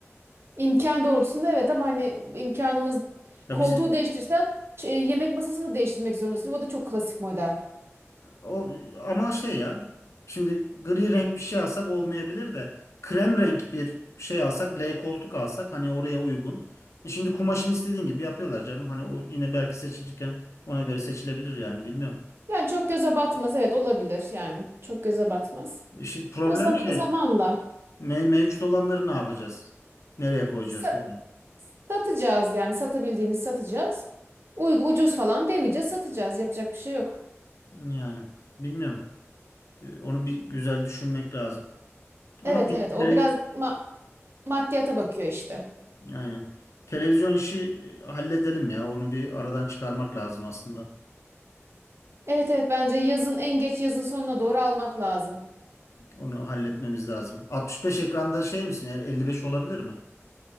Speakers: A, on the right (about 55°); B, on the left (about 70°).
A: İmkan doğrultusunda evet ama hani imkanımız
B: Ya
A: koltuğu
B: bizim
A: değiştirsen ç- e, yemek masasını değiştirmek zorundasın. O da çok klasik model.
B: o ama şey ya. Şimdi gri renk bir şey alsak olmayabilir de krem renk bir şey alsak L koltuk alsak hani oraya uygun. E şimdi kumaşını istediğin gibi yapıyorlar canım. Hani o yine belki seçilirken ona göre seçilebilir yani bilmiyorum.
A: Yani çok göze batmaz evet olabilir yani çok göze batmaz.
B: İşte problem
A: O zam
B: şey.
A: zamanla
B: Me- mevcut olanları ne yapacağız? Nereye koyacağız
A: sa-
B: yani?
A: satacağız yani satabildiğimiz satacağız. Uy- ucuz falan demeyeceğiz satacağız yapacak bir şey yok.
B: Yani bilmiyorum. Ee, Onu bir güzel düşünmek lazım. Ama
A: Evet evet o
B: televizyon
A: biraz ma- maddiyata bakıyor işte.
B: yani televizyon işi e, halledelim ya. Onu bir aradan çıkarmak lazım aslında.
A: Evet evet bence yazın en geç yazın sonuna doğru almak lazım.
B: Onu halletmemiz lazım. 65 ekranda şey misin? Yani 55 olabilir mi?